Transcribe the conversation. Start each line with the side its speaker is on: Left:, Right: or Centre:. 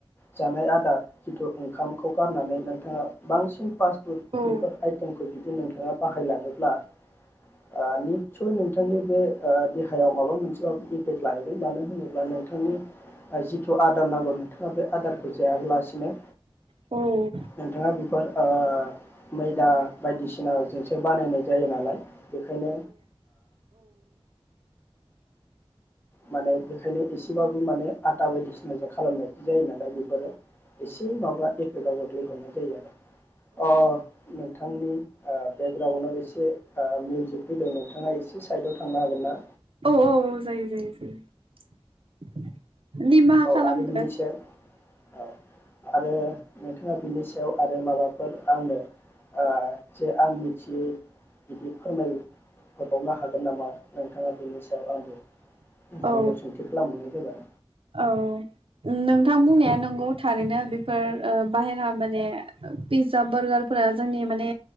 Left: जानाय आदार जिथु ओंखामखौ गारनानै नों नोंथाङा बांसिन फास्ट फुड
Right: औ
Left: बेफोर आइटेमखौ जुदि नोंथाङा बाहायलाङोब्ला ओ निसय नों बिथांनि बे ओ देहायाव माबा मोनसे इफेक्ट लहैगोन मानो होनोब्ला नोंथांनि जिथु आदार नांगौ बे आदारखौ जायाब्लासिनो
Right: औ
Left: नोंथाङा बेफोर ओ मैदा बायदिसिनाजोंसो बानायनाय जायो नालाय बेखायनो माने बेखायनो एसेबाबो माने आटा बायदिसिनाजों खालामनाय जायो नालाय बेफोरो एसे माबा एफेकआव गोग्लैहरनाय जायो आरो अ नोंथांनि बेकग्राउन्डआव ओ एसे ओ मिउजिक फैदों नोंथाङा एसे साइदआव थांनो हागोन ना
Right: औ औ औ जायो जायो जायो निमाहा
Left: औ
Right: खालाम
Left: आरो
Right: <unintelligible>
Left: बिनि सायाव औ आरो ना बिनि सायाव आरो माबा फोर आंनो ओ जे आं मिथियै बिदि फोरमायहरोबावनो हागोन नामा नोंथाङा बिनि सायाव आं नोंथांयाव
Right: औ
Left: सोंथि खालामहरनाय जाबाय
Right: औ नोंथां बुंनाया नंगौ थारैनो बेफोर ओ बाहेरा माने पि्जा बारगारफोरा जोंनि माने